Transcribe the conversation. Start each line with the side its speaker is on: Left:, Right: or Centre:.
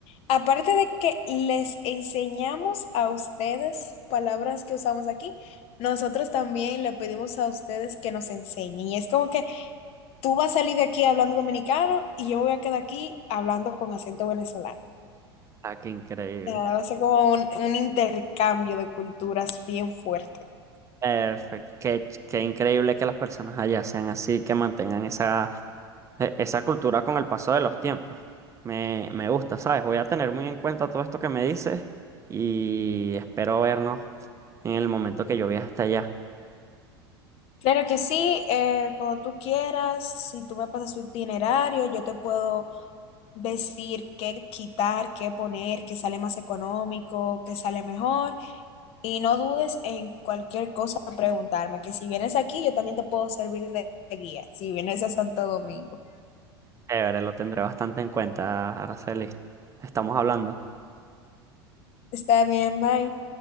Left: Aparte de que les enseñamos a ustedes palabras que usamos aquí, nosotros también le pedimos a ustedes que nos enseñen. Y es como que tú vas a salir de aquí hablando dominicano y yo voy a quedar aquí hablando con acento venezolano.
Right: Ah, qué increíble.
Left: O sea, Va a ser como un, un intercambio de culturas bien fuerte.
Right: Perfecto. Qué, ch- qué increíble que las personas allá sean así, que mantengan esa. e- esa cultura con el paso de los tiempos. Me, me gusta, ¿sabes? Voy a tener muy en cuenta todo esto que me dices y espero vernos en el momento que yo viaje hasta allá.
Left: Claro que sí, eh, cuando tú quieras, si tú me pasas su itinerario, yo te puedo decir qué quitar, qué poner, qué sale más económico, qué sale mejor. Y no dudes en cualquier cosa preguntarme, que si vienes aquí yo también te puedo servir de guía, si vienes a Santo Domingo.
Right: Chévere, lo tendré bastante en cuenta, Araceli. Estamos hablando.
Left: Está bien, bye.